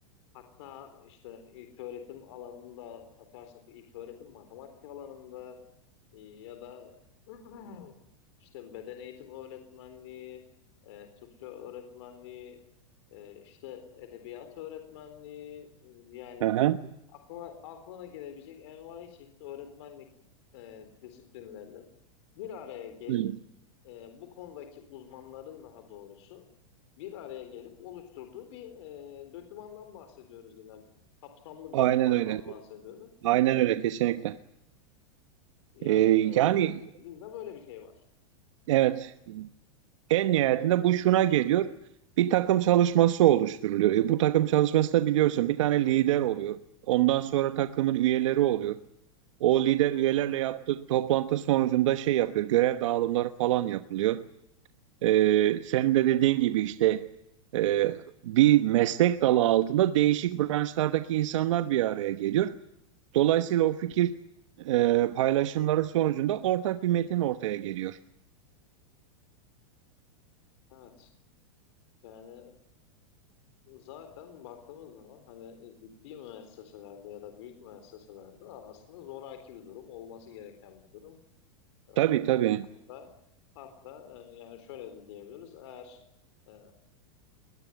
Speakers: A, on the left; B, on the right.
A: Hatta işte ilk öğretim alanında açarsak ilk öğretim matematik alanında e, ya da <clears throat> işte beden eğitim öğretmenliği, e, Türkçe öğretmenliği, e, işte edebiyat öğretmenliği e, yani
B: Aha.
A: aklına, aklına gelebilecek envai çeşit öğretmenlik e, disiplinlerinin bir araya gelip
B: Evet.
A: e, bu konudaki uzmanların daha doğrusu bir araya gelip oluşturduğu bir e, dokümandan bahsediyoruz yine. Kapsamlı bir
B: Aynen
A: dokümandan
B: öyle.
A: bahsediyoruz.
B: Aynen öyle kesinlikle.
A: Yani
B: E,
A: e,
B: yani
A: biz, bizde böyle bir şey var.
B: evet En nihayetinde bu şuna geliyor. Bir takım çalışması oluşturuluyor. E, bu takım çalışmasında biliyorsun bir tane lider oluyor. Ondan sonra takımın üyeleri oluyor. O lider
A: Hı
B: üyelerle
A: hı,
B: yaptığı toplantı sonucunda şey yapıyor. Görev dağılımları falan yapılıyor. E,
A: hı hı.
B: senin de dediğin gibi işte e, bir meslek dalı altında değişik branşlardaki insanlar bir araya geliyor. Dolayısıyla o fikir e, paylaşımları sonucunda ortak bir metin ortaya geliyor.
A: Evet. Yani e, zaten baktığımız zaman hani ciddi müesseselerde ya da büyük müesseselerde aslında zoraki bir durum, olması gereken bir durum. E,
B: Tabii tabii.
A: hatta hatta e, yani şöyle de diyebiliriz. Eğer e,